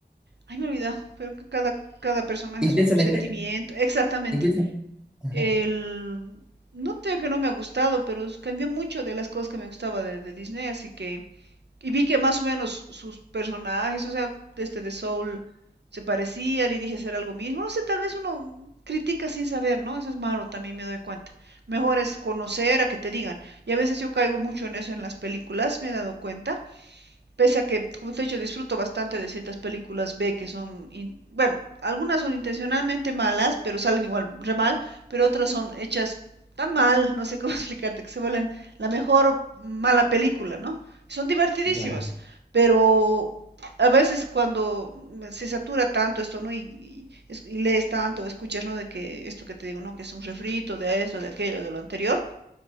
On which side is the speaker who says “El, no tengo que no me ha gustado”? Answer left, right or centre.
Right